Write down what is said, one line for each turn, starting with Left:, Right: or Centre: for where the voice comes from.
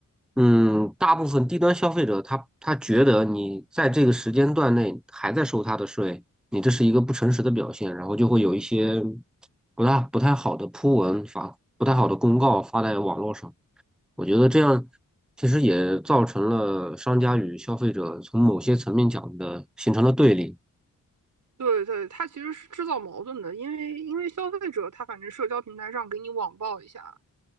Centre: 嗯，大部分低端消费者他他觉得你在这个时间段内还在收他的税，你这是一个不诚实的表现，然后就会有一些不大不太好的铺文发，不太好的公告发在网络上。我觉得这样其实也造成了商家与消费者从某些层面讲的形成了对立。
Right: 对对，它其实是制造矛盾的，因为因为消费者他反正社交平台上给你网暴一下，